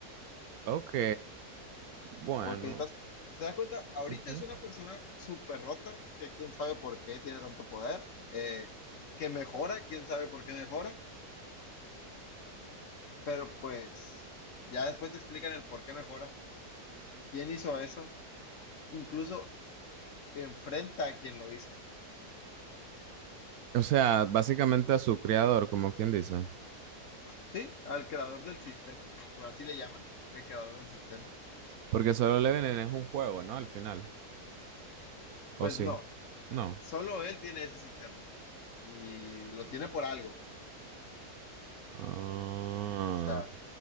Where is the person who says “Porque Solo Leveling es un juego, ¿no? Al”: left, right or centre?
Right